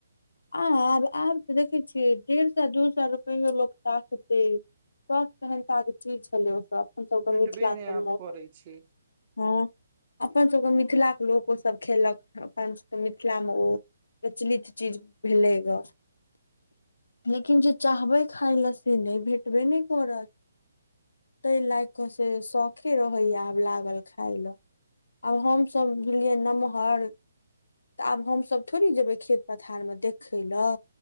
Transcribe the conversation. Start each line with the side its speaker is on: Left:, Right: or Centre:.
Left: आ आब आब तऽ देखै छियै डेढ़ सए दू सए रुपै लोक ताकतै सख सहेनता के चीज छलै ओ सभ अपन सभ के
Right: भेटबे
Left: मिथिला
Right: नहि
Left: सभ
Right: आब
Left: मे
Right: करै छै
Left: हँ अपन सभके मिथिला के लोक ओ सभ खेलक अपन सभ के मिथिला मऽ ओ प्रचलित चीज भेलै ग लेकिन जे चाहबै खाय लए से नहि भेटबे नहि करत ताहि लाग कऽ से शौखे रहैया आब लागल खाय ल आब हम सभ भेलयै नमहर तऽ आब हमसभ थोड़ी जेबै खेत पथारमे देखय लऽ